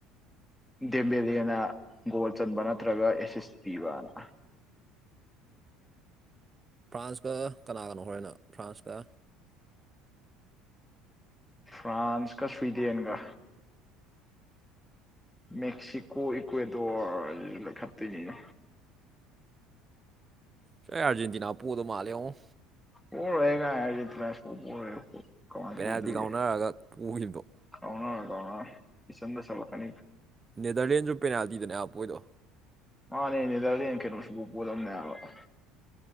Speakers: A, in the centre; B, on the right.
A: ꯗꯦꯝꯕꯗꯅ ꯒꯣꯜ ꯆꯟꯕ ꯅꯠꯇ꯭ꯔꯒ ꯑꯦꯁꯁ ꯄꯤꯕꯅ
B: ꯐ꯭ꯔꯥꯟꯁꯀ ꯀꯅꯥ ꯀꯅꯣ ꯍꯣꯔꯅ ꯐ꯭ꯔꯥꯟꯁꯀ
A: ꯐ꯭ꯔꯥꯟꯁꯀ ꯁ꯭ꯋꯤꯗꯦꯟꯒꯥ ꯃꯦꯛꯁꯤꯀꯣ ꯏꯀ꯭ꯋꯦꯗꯣꯔ ꯈꯞꯇꯣꯏꯅꯦ꯫
B: ꯁꯣꯏ ꯑꯔꯖꯦꯟꯇꯤꯅꯥ ꯄꯨꯗꯣ ꯃꯥꯜꯂꯦꯉꯣ꯫
A: ꯄꯣꯔꯣꯏꯍꯦ ꯀꯥꯏ ꯑꯔꯖꯦꯟꯇꯤꯅꯥ ꯁꯨꯡꯄꯣ ꯄꯣꯔꯣꯏ ꯀꯃꯥꯏ
B: ꯄꯦꯅꯥꯜꯇꯤ
A: ꯄꯣꯗꯨꯔꯤꯒꯦ꯫
B: ꯀꯥꯎꯅꯔꯒ ꯄꯣꯈꯤꯕꯗꯣ
A: ꯀꯥꯎꯅꯔꯣ ꯀꯥꯎꯅꯔꯣ ꯏꯆꯟꯗ ꯆꯟꯂꯛꯀꯅꯤ꯫
B: ꯅꯦꯗꯔꯂꯦꯟꯁꯨ ꯄꯦꯅꯥꯜꯇꯤꯗꯅꯦ ꯍꯥꯏꯕ ꯄꯣꯏꯗꯣ꯫
A: ꯃꯥꯅꯦ ꯅꯦꯗꯔꯂꯦꯟ ꯀꯩꯅꯣ ꯁꯨꯡꯄꯣ ꯄꯣꯗꯕꯅꯦ ꯍꯥꯏꯕ꯫